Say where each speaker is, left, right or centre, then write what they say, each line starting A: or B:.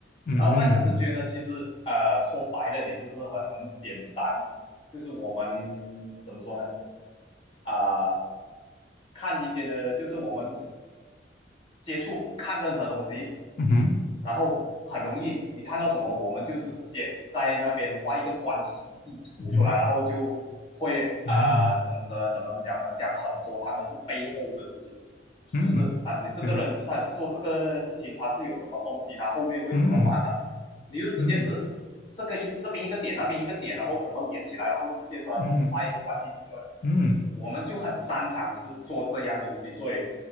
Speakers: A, on the left; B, on the left.
A: 嗯嗯
B: 然后外向直觉呢其实呃说白了你就是很简单，就是我们怎么说呢？啊、看一些的，就是我们接触看任何东西，
A: 嗯哼
B: 然后很容易，你看到什么，我们就是直接在那边画一个关系图出来，
A: 嗯
B: 然后就会呃怎么怎么怎么讲呢？
A: 哼
B: 想很多他们是背后的事情，
A: 嗯嗯，
B: 就是啊，你这个人他是做这个事情，
A: 可以，
B: 他是有什么动机，他后面会怎么发展，
A: 嗯
B: 你就直接是。
A: 嗯
B: 这个一这边一个点，那边一个点，然后怎么连起来，然后直接出来就是画一个关系图出来。
A: 嗯嗯
B: 我们就很擅长是做这样东西，所以